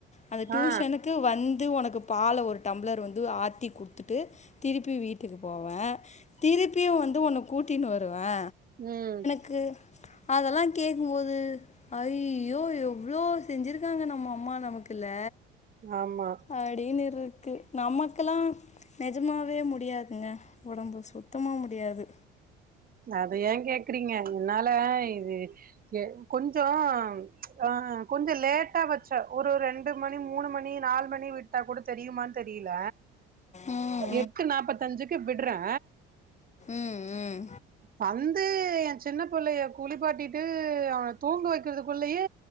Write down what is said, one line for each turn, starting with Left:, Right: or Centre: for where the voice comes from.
Left: அந்த டியூஷனுக்கு
Right: ஆ
Left: இது வந்து உனக்கு பால ஒரு டம்ளர் வந்து ஆத்தி குடுத்துட்டு திருப்பி வீட்டுக்கு போவே திருப்பியு வந்து உன்ன கூட்டினு வருவே
Right: ம்
Left: க்கு அதெல்லா கேக்கும்போது ஐய்யோ எவ்ளோ செஞ்சிருக்காங்க நம்ம அம்மா நமக்குல்ல
Right: ஆமா
Left: அடின்னு இருக்கு நமக்கெலா நிஜமாவே முடியாதுங்க உடம்பு சுத்தமா முடியாது
Right: அத ஏன் கேக்குறீங்க என்னால இது எ கொஞ்சோ ச்ச ஆ கொஞ்சோ லேட்டா வச்சா ஒரு ரெண் டு மணி மூணு மணி நாலு மணி விட்டா கூட தெரியுமான் தெரியல
Left: ம்
Right: எட்டு நாப்பத்தஞ்சுக்கு விட்றே
Left: ம் ம்
Right: வந்து என் சின்ன பிள்ளைய குளிப்பாட்டிட்டு அவன தூங்க வெக்கிறதுக்குள்ளயே